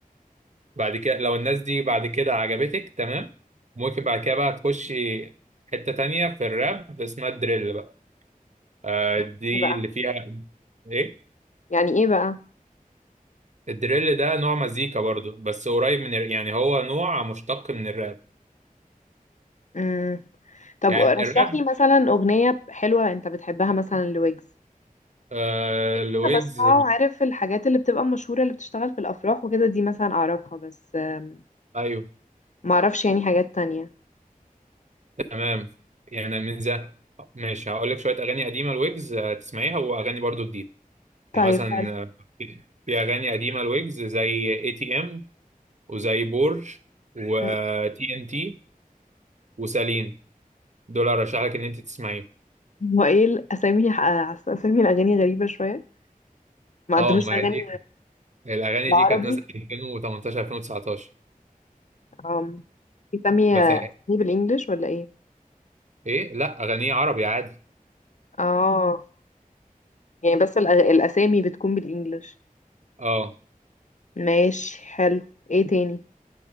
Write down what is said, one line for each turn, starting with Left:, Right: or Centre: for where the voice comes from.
Right: بعد كده لو الناس دي بعد كده عجبتك تمام ممكن بعد كده بقى تخشي حتة تانية في الراب اسمها الدريل بقى آه
Left: يعني
Right: دي
Left: إيه بقى
Right: اللي فيها ايه
Left: يعني إيه بقى
Right: الدريل ده نوع مزيكا برضو بس قريب من ال- يعني هو نوع مشتق من الراب
Left: مم. طب
Right: يعني
Left: رشح
Right: الراب
Left: لي مثلا أغنية حلوة أنت بتحبها مثلا لويجز
Right: آه
Left: ويجز
Right: الويجز
Left: انا بسمعه عارف الحاجات اللي بتبقى مشهورة اللي بتشتغل في الافراح وكده دي مثلا اعرفها بس آم،
Right: ايوه
Left: ما اعرفش يعني حاجات تانية
Right: تمام يعني من زمان ماشي هقول لك شوية اغاني قديمة الويجز آه، تسمعيها واغاني برضو جديدة
Left: طيب
Right: يعني مثلا
Left: حلو
Right: آه، في في اغاني قديمة الويجز زي اي تي ام وزي بور وتي
Left: مم.
Right: ان تي وساليني دول ارشح لك ان انت تسمعيهم
Left: هو ايه الاسامي آه، اسامي الاغاني غريبة شوية ما عندهوش
Right: اه ما
Left: اغاني
Right: هي دي الاغاني
Left: بالعربي
Right: دي كانت نازله 2018 2019
Left: آم، بيسمي
Right: بس
Left: آه، اسامي بالانجلش ولا ايه
Right: ايه لا اغانيه عربي عادي
Left: اه يعني بس الأغ... الاسامي بتكون بالانجلش
Right: اه
Left: ماشي حلو ايه تاني